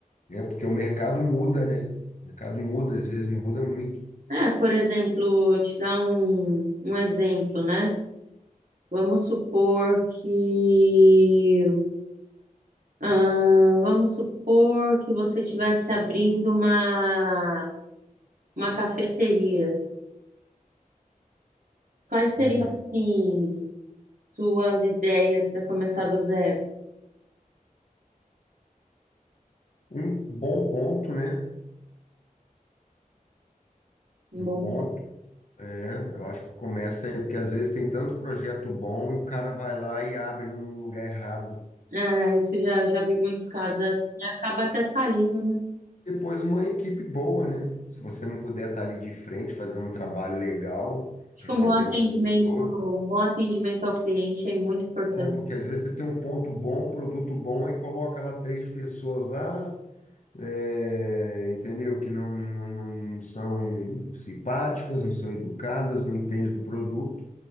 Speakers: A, on the left (about 60°); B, on the right (about 70°).
A: né? Porque o mercado muda, né? O mercado muda, às vezes muda muito.
B: É, por exemplo, te dar um, um exemplo, né? Vamos supor que Ah, vamos supor que você estivesse abrindo uma, uma cafeteria. Quais seriam,
A: Uhum.
B: assim, suas ideias para começar do zero?
A: Um bom ponto, né?
B: Bom,
A: Um ponto, é, eu acho que começa aí, porque às vezes tem tanto projeto bom e o cara vai lá e abre num lugar errado.
B: é, isso já, já vi muitos casos assim. Acaba até falindo, né?
A: Depois uma equipe boa, né? Se você não puder estar ali de frente, fazer um trabalho legal,
B: Acho
A: recebendo
B: que um bom atendimento,
A: as pessoas,
B: um bom atendimento ao cliente é muito importante.
A: né? Porque às vezes você tem um ponto bom, um produto bom, aí coloca lá três pessoas lá, é, entendeu? Que não, não, não são simpáticas, não são educadas, não entendem do produto,